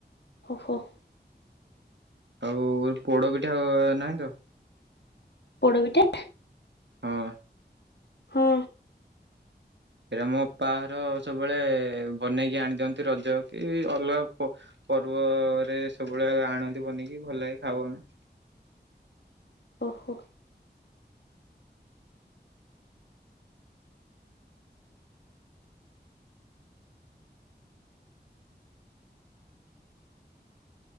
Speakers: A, on the left; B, on the right.
A: ଓହୋ!
B: ଆଉ ପୋଡ ପିଠା ନାହିଁ ତ?
A: ପୋଡ଼ପିଠା
B: ହଁ।
A: ହଁ।
B: ସେଇଟା ମୋ ଅପା ଘର ସବୁବେଳେ ବନେଇକି ଆଣିଦିଅନ୍ତି ରଜ କି ଅଲଗା ପ ପର୍ବରେ ସବୁବେଳେ ଆଣନ୍ତି ବନେଇକି ଭଲ ଲାଗେ ଖାଉ ଆମେ।
A: ଓହୋ।